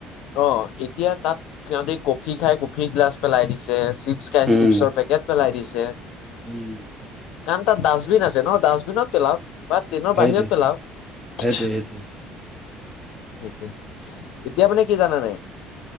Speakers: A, on the left; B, in the centre.
A: অ এতিয়া তাত সিহঁতি কফি খাই কফি গিলাচ পেলাই দিছে। চিপছ খাই
B: উম,
A: চিপছৰ পেকেট পেলাই দিছে
B: উম
A: কাৰণ তাত ডাষ্টবিন আছে ন ডাষ্টবিনত পেলাওক বা ট্ৰেইনৰ
B: সেইটোৱে।
A: বাহিৰত পেলাওক
B: সেইটোৱে সেইটোৱে
A: সেইটোৱেই এতিয়া মানে কি জানা নাই